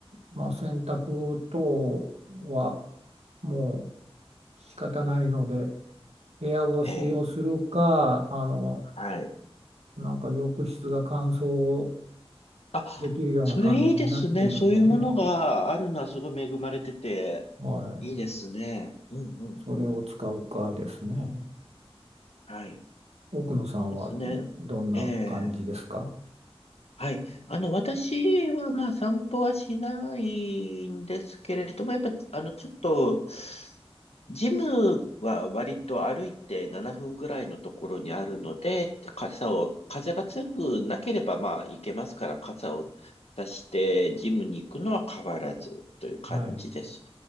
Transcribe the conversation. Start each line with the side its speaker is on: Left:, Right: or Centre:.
Right: まあ、洗濯等はもう仕方ないので、部屋干しをするか、
Left: ええ、
Right: あの、
Left: はい。
Right: なんか浴室が乾燥
Left: あ、
Right: できるような感じになっているので、
Left: それいいですね。そういうものがあるのはすごい恵まれてて、
Right: はい、
Left: いいですね。うんうんうん。
Right: それを使うかですね。
Left: はい。
Right: 奥野さんはどんな感じですか
Left: ですね。ええ。はい。あの、私はまあ散歩はしないんですけれども、やっぱ、あの、ちょっと、ジムは割と歩いて7分ぐらいのところにあるので、傘を、風が強くなければまあ行けますから、傘を出してジムに行くのは変わらずという感じです。
Right: はい。